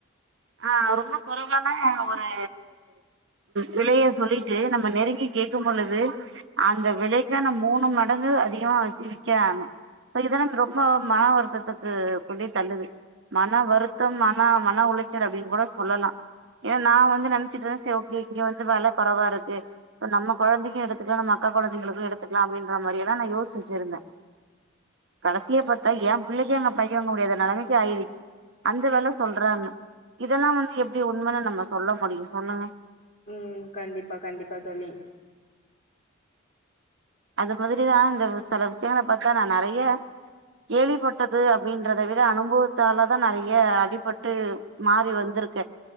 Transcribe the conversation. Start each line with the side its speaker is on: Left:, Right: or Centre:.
Right: ஆ ரொம்ப குறைவான ஒரு விலைய சொல்லிட்டு நம்ம நெருங்கி கேக்கும் பொழுது அந்த விலைக்கான மூணு மடங்கு அதிகமா வெச்சு விக்கிறாங்க இப்ப இதெல்லா ரொம்ப மன வருத்தத்துக்கு கொண்டு போய் தள்ளுது மன வருத்தம் ஆனா மன உளைச்சல் அப்டினு கூட சொல்லலா ஏனா நா வந்து நெனச்சுட்டு செரி ஓகே இங்க வந்து வெல கொறவா இருக்கு நம்ம கொழந்தைக்கு எடுத்துக்கலா நம்ம அக்கா கொழந்தைகளுக்கு எடுத்துக்கலா அப்டின்ற மாரிலா நா யோசிச்சு வெச்சிருந்த கடசியா பாத்தா எம் பிள்ளைக்கே அங்க பை வாங்க முடியாத நெலமைக் கு ஆயிருச்சி அந்த வேல சொல்றாங்க இதெல்லா வந்து எப்படி உண்மனு நம்ம சொல்ல முடியு சொல்லுங்க
Left: உம் கண்டிப்பா கண்டிப்பா தோழி
Right: அது மாதிரிதா இந்த சில விஷயங்கள பாத்தா நா நறைய கேள்விப்பட்டது அப்டின்றத விட அனுபவத்தாலதா நெறைய அடிபட் டு மாறி வந்துருக்கு